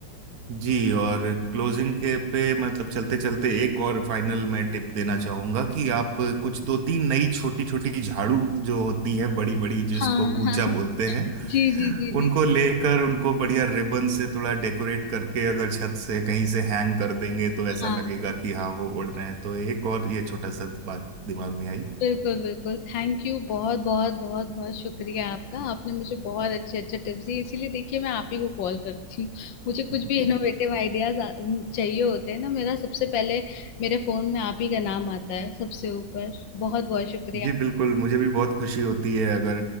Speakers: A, on the right (about 55°); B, on the left (about 85°).
A: जी और क्लोजिंग के पे मतलब चलते चलते एक और फाइनल मैं टिप देना चाहूंगा कि आप कुछ दो तीन नई छोटी छोटी झाड़ू जो होती हैं बड़ी बड़ी जिसको
B: हाँ
A: कूंचा
B: हाँ हाँ।
A: बोलते हैं
B: जी जी जी जी
A: उनको लेकर उनको बढ़िया रिबन से थोड़ा डेकोरेट करके अगर छत से कहीं से हैंग कर देंगे तो ऐसा
B: हाँ
A: लगेगा कि हाँ वो उड़ रहे हैं तो एक और ये छोटा सा बात दिमाग में
B: बिल्कुल बिल्कुल थैंक यू बहुत बहुत बहुत बहुत शुक्रिया आपका आपने मुझे बहुत अच्छे अच्छे टिप्स दिए इसीलिए देखिए मैं आप ही को कॉल करती हूँ मुझे कुछ
A: आई
B: भी इनोवेटिव आइडियाज चाहिए होते हैं ना मेरा सबसे पहले मेरे फोन में आप ही का नाम आता है सबसे ऊपर बहुत बहुत शुक्रिया
A: जी बिल्कुल मुझे भी बहुत खुशी होती है अगर